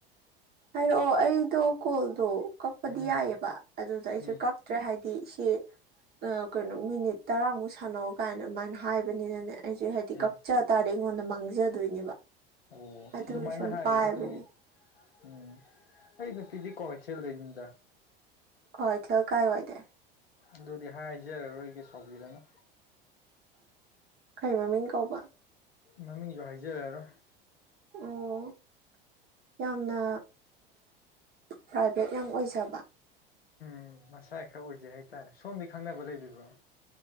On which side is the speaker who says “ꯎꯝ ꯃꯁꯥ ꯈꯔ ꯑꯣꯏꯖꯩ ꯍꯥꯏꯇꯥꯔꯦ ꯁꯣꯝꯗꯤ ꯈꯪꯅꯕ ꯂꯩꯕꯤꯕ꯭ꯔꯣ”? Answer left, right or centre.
Left